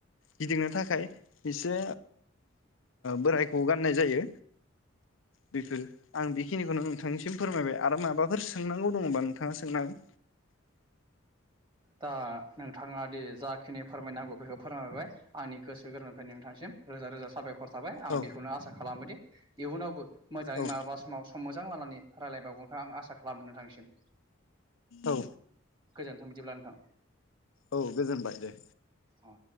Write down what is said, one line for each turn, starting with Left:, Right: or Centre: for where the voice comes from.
Left: गिदिंनो थाखाय एसे बोरायखौ गाननाय जायो। बेफोर आं बेखिनिखौनो नोंथांनिसिम फोरमायबाय आरो माबाफोर सोंनांगौ दङबा नोंथाङा सोंनो हागोन।
Right: दा नोंथाङा दि जाखिनि फोरमायनांगौ बेखौ फोरमायहरबाय आंनि गोसो गोरबो। ओमफ्राय नोंथांसिम रोजा रोजा साबायखर थाबाय आं
Left: औ
Right: बेखौनो आसा खालामोदि। इयुनावबो। मोजाङै
Left: औ
Right: माब्लाबा समाव सम मोजां लानानै रायल्लाय। बावगोनखौ आं आसा खालामो नोंथांनिसिम।
Left: औ।
Right: गोजोनथाव बिदिब्ला ल <unintelligible>
Left: औ गोजोनबाय दे।
Right: अ।